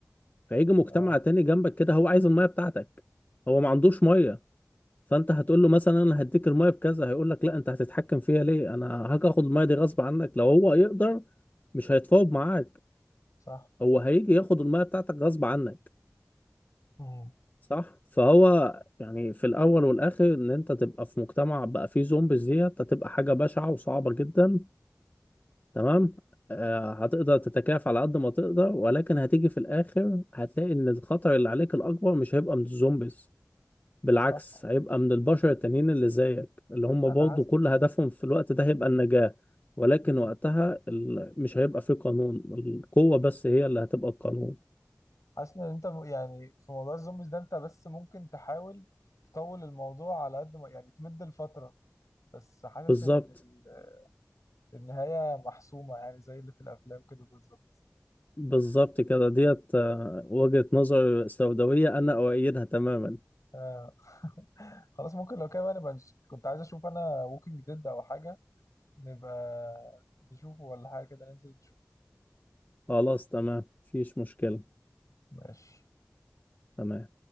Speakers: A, on the left (about 30°); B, on the left (about 80°).
A: فيجي مجتمع
B: آه
A: تاني جنبك كده هو عايز المية بتاعتك هو ما عندوش مية فأنت هتقول له مثلا أنا هديك المية بكذا هيقول لك لا أنت هتتحكم فيها ليه أنا هاجي آخد المية دي غصب عنك لو هو يقدر مش هيتفاوض معاك
B: صح
A: هو هيجي ياخد المية بتاعتك غصب عنك
B: مم.
A: صح فهو يعني في الاول والاخر ان انت تبقى في مجتمع بقى فيه زومبيز ديت هتبقى حاجه بشعه وصعبه جدا تمام آه هتقدر تتكافى على قد ما تقدر ولكن هتيجي في الاخر هتلاقي ان الخطر اللي عليك الاكبر مش هيبقى من الزومبيز بالعكس
B: صح
A: هيبقى من البشر التانيين اللي زيك اللي هم
B: أنا
A: برضه كل هدفهم في الوقت ده هيبقى النجاه ولكن
B: حاسس
A: وقتها ال... مش هيبقى فيه قانون القوه بس هي اللي هتبقى القانون
B: حاسس ان انت م- يعني في موضوع الزومبيز ده انت بس ممكن تحاول تطول الموضوع على قد ما يعني تمد الفترة بس حاسس
A: بالظبط
B: ان ال- النهاية محسومة يعني زي اللي في الافلام كده بالظبط
A: بالظبط كده ديت آه، وجهة نظر سوداوية أنا أؤيدها تماما
B: آه. <laughs> خلاص ممكن لو كده بقى نبقى نش... كنت عايز اشوف انا ووكينج ديد او حاجة نبقى نشوفه ولا حاجة كده ننزل نشوفه
A: خلاص تمام مفيش مشكلة
B: ماشي
A: تمام